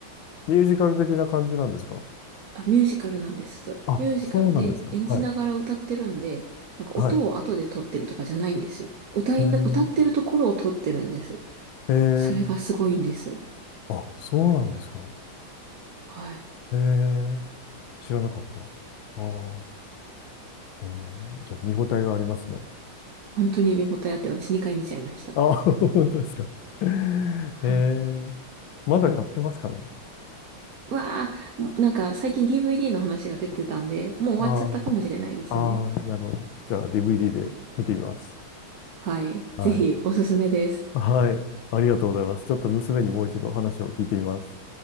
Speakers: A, on the left; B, on the right.
A: ミュージカル的な感じなんですか
B: あ、ミュージカルなんです。
A: あ、
B: ミュージカルで演じながら歌ってるんで、
A: そうなんですか。はい。
B: なんか音を後で撮ってるとかじゃないんですよ。
A: はい。
B: 歌いな、
A: えー、
B: 歌ってるところを撮ってるんです。
A: えー
B: それがすごいんです。
A: あ、そうなんですか。
B: はい。
A: えー、知らなかった。ああ、えー、じゃあ見応えがありますね。
B: 本当に見応えあって、私2回見ちゃいました。
A: あ、<laughs> 本当ですか。<laughs> え
B: はい。
A: ー、まだやってますかね。
B: うわー、もうなんか最近 DVD の話が出てたんで、もう終わっちゃったかもしれないですね。
A: あーあー、なるほど。じゃあ DVD で見てみます。
B: はい。
A: は
B: ぜひ、おすすめです。
A: い。はい。ありがとうございます。ちょっと娘にもう一度話を聞いてみます。